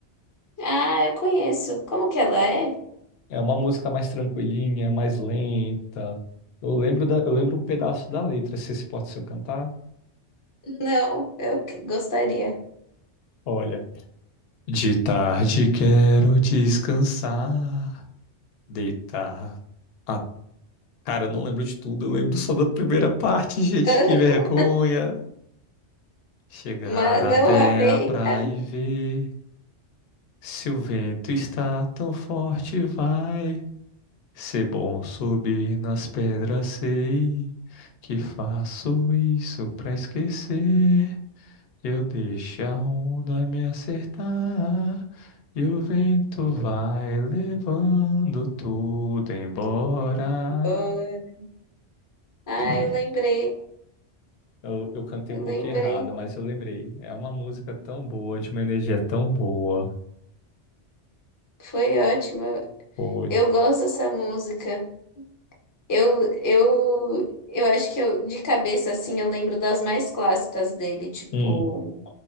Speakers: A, on the left (about 30°); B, on the left (about 65°).
A: Ah, eu conheço. Como que ela é?
B: É uma música mais tranquilinha, mais lenta. Eu lembro da, eu lembro um pedaço da letra. Se esse pode se eu cantar?
A: Não, eu que- gostaria.
B: Olha. De tarde quero descansar. Deitar. Ah, cara, eu não lembro de tudo, eu lembro só da primeira parte, gente,
A: <laughs>
B: que vergonha. Chegar
A: Mas
B: até
A: não amei
B: a praia
A: caminhando
B: e ver se o vento está tão forte, vai ser bom subir nas pedras, sei que faço isso pra esquecer. Eu deixo a onda me acertar e o vento vai levando tudo embora.
A: tudo embora. Ai,
B: <laughs>
A: lembrei,
B: Eu, eu cantei
A: lembrei.
B: um pouquinho errado, mas eu lembrei. É uma música tão boa, de uma energia tão boa.
A: Foi ótimo.
B: Foi.
A: Eu gosto dessa música. Eu, eu, eu acho que eu, de cabeça, assim, eu lembro das mais clássicas dele. Tipo,
B: Hum.